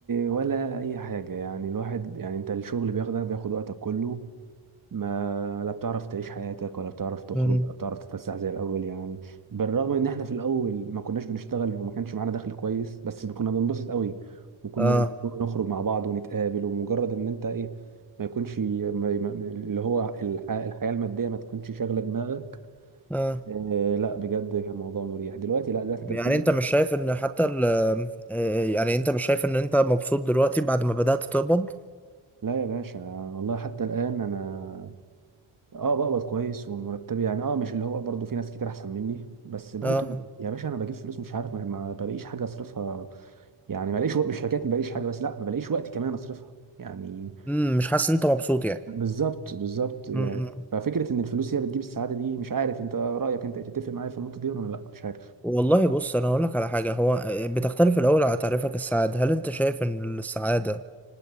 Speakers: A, on the right; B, in the centre.
A: ولا اي حاجه يعني الواحد يعني انت الشغل بياخدك بياخد وقتك كله ما لا بتعرف تعيش حياتك ولا بتعرف تخرج
B: مم.
A: ولا بتعرف تتفسح زي الاول يعني بالرغم ان احنا في الاول ما كناش بنشتغل وما كانش معانا دخل كويس بس كنا بننبسط قوي وكنا
B: اه
A: بنخرج نخرج مع بعض ونتقابل ومجرد ان انت ايه ما يكونش ما ما- اللي هو الح- الحياه الماديه ما تكونش شاغله دماغك
B: اه
A: إيه لا بجد كان موضوع مريح دلوقتي لا دلوقتي انت
B: يعني
A: بكل
B: انت
A: ده
B: مش شايف ان حتى ال آه، يعني انت مش شايف ان انت مبسوط دلوقتي بعد ما بدأت تقبض
A: لا يا باشا والله حتى الان انا اه بقبض كويس ومرتبي يعني اه مش اللي هو برضه في ناس كتير احسن مني بس برضه
B: اه
A: يا باشا انا بجيب فلوس مش عارف ما ما بلاقيش حاجه اصرفها يعني ما بلاقيش وقت مش حكايه ما بلاقيش حاجه بس لا ما بلاقيش وقت كمان اصرفها يعني
B: مم، مش حاسس ان انت مبسوط
A: بالظبط بالظبط يعني
B: يعني
A: ففكره ان الفلوس هي بتجيب السعاده دي مش عارف انت رايك انت تتفق معايا في النقطه دي ولا لا مش عارف
B: والله بص انا هقول لك على حاجه هو آه، بتختلف الاول على تعريفك السعاده هل انت شايف ان السعاده